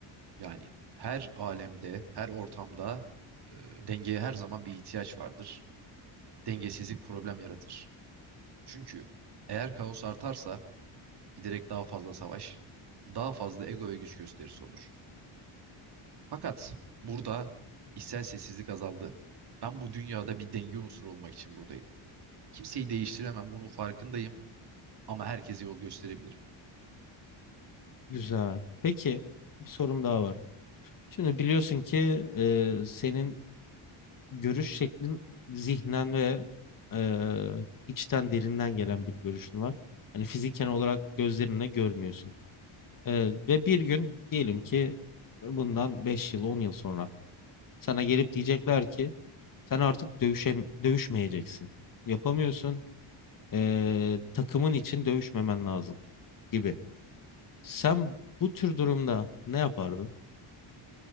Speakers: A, on the right; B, on the left.
A: Yani her alemde, her ortamda e, dengeye her zaman bir ihtiyaç vardır. Dengesizlik problem yaratır. Çünkü eğer kaos artarsa giderek daha fazla savaş, daha fazla ego ve güç gösterisi olur. Fakat burada içsel sessizlik azaldı. Ben bu dünyada bir denge unsuru olmak için buradayım. Kimseyi değiştiremem, bunun farkındayım ama herkese yol gösterebilirim.
B: Güzel. Peki, bir sorum daha var. Şimdi biliyorsun ki e, senin görüş şeklin zihnen ve e, içten derinden gelen bir görüşün var. Yani fiziken olarak gözlerinle görmüyorsun. E, ve bir gün diyelim ki bundan 5 yıl, 10 yıl sonra sana gelip diyecekler ki Sen artık dövüşe, dövüşmeyeceksin. Yapamıyorsun. Ee, takımın için dövüşmemen lazım gibi. Sen bu tür durumda ne yapardın?